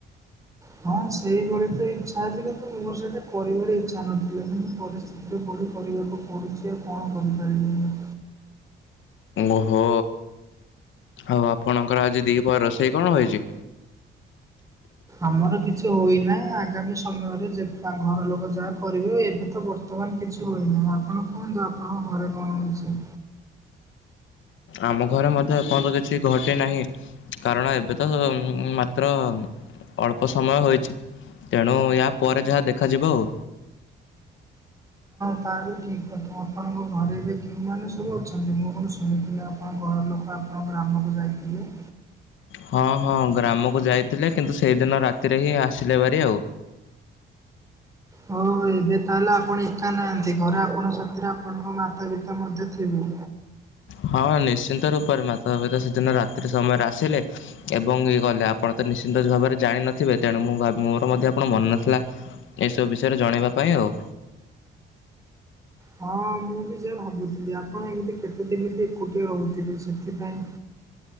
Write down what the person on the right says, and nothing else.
ହଁ ସେଇଭଳି ତ ଇଚ୍ଛା ଅଛି। କିନ୍ତୁ ମୋର ସେଇଟା କରିବାର ଇଚ୍ଛା ନଥିଲା। କିନ୍ତୁ ପରିସ୍ଥିତିରେ ପଡି କରିବାକୁ ପଡ଼ୁଚି ଆଉ କଣ କରିପାରିବି ମୁଁ।
ଆମର କିଛି ହୋଇନାହିଁ। ଆଗାମୀ ସମୟରେ ଯେ ଘର ଲୋକ ଯାହା କରିବେ ଏବେ ତ ବ ବର୍ତ୍ତମାନ କିଛି ହୋଇନି। ଆପଣ କୁହନ୍ତୁ ଆପଣଙ୍କ ଘରେ କଣ ହଉଚି?
ତାହା ବି ଠିକ୍ କଥା। ଆପଣଙ୍କ ଘରେ ବି କେଉଁମାନେ ସବୁ ଅଛନ୍ତି? ମୁଁ କଣ ଶୁଣିଥିଲି ଆପଣଙ୍କ ଘର ଲୋକ ଆ ଆମ ଗ୍ରାମକୁ ଯାଇଥିଲେ।
ହ ଏବେ ତାହେଲେ ଆପଣ ଏକା ନାହାନ୍ତି। ଘରେ ଆପଣଙ୍କ ସାଥିରେ ଆପଣଙ୍କ ମାତା ପିତା ମଧ୍ୟ ଥିବେ।
ହଁ ମୁଁ ବି ସେଇୟା ଭାବୁଥିଲି ଆପଣ ଏମିତି କେତେ ଦିନ ବି ଏକୁଟିଆ ରହୁଥିବେ, ସେଥିପାଇଁ